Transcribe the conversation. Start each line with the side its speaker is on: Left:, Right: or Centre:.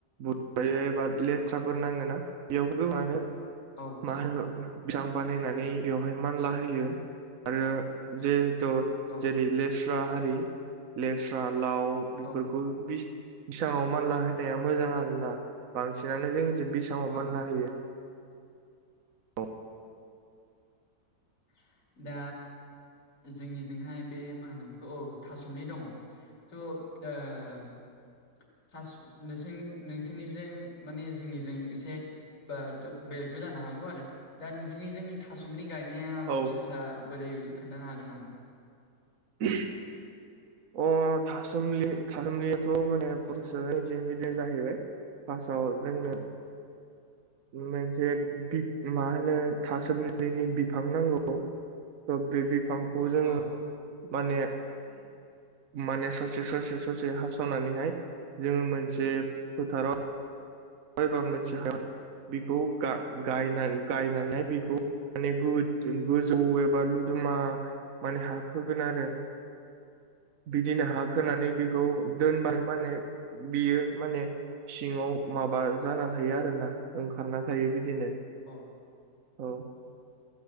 Right: बोयो एबा लेथ्राफोर नाङो ना बेयावफोरखौ मानो
Left: औ
Right: मा होनो बैसां बानायनानै बेवहाय मानला होयो आरो जिहेथु
Left: औ
Right: जेरै लेस्रा हारि लेस्रा लाउ
Left: औ
Right: बेफोरखौ बैसाङाव मानला होनाया मोजां आरो ना बांसिनानो जोंजों बैसाङाव
Left: औ
Right: मानला होयो औ
Left: <unintelligible> दा जोंनिजोंहाय बे मा होनो बेखौ औ था सोमलि दङ था सोमलि नोंस नोंसोरनिजों माने जोंनिजों एसे बा दु बेलेगबो जानो हागौ आरो दा नोंसिनिजों थासुमलि गायनाया
Right: औ
Left: प्रसेसा बोरै खोन्थानो हागोन नामा?
Right: <unintelligible> अ थासुमलि -थासुमलियाथ' माने फसिस <unintelligible> बिदि जाहैबाय। पासआव जोंनो मोनसे। पिग मा होनो थासोमलैनि बिफां नांगौ। थ बे बिफांखौ जोङो
Left: औ
Right: माने माने ससे ससे ससे हास'नानैहाय जोङो मोनसे फोथाराव मायबा मोनसे हायाव बिखौ गा-गायनान-गायनानै बिखौ माने गोज-गोजौ एबा लुदुमा माने हाखोगोन आरो बिदिनो हाखोनानै
Left: औ
Right: बि खौ दोनबानो माने बियो माने सिङाव माबा जाना थायो आरोना ओंखारना थायो बिदिनो
Left: औ
Right: औ